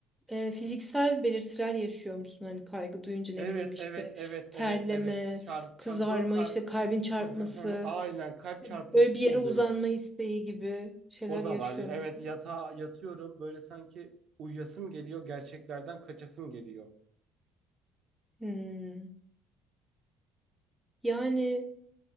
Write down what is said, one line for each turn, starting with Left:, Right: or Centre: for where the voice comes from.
Centre: e, fiziksel belirtiler yaşıyor musun? Hani kaygı duyunca ne
Right: Evet,
Centre: bileyim işte
Right: evet, evet,
Centre: terleme,
Right: evet, evet. Çarp,
Centre: kızarma,
Right: çarp, böyle kal-
Centre: işte kalbin çarpması,
Right: <laughs> Aynen kalp çarpıntısı
Centre: böyle bir yere
Right: oluyor.
Centre: uzanma isteği gibi şeyler
Right: O da
Centre: yaşıyor
Right: var. Evet
Centre: musun?
Right: yatağa yatıyorum. Böyle sanki uyuyasım geliyor. Gerçeklerden kaçasım geliyor.
Centre: Hmm. Yani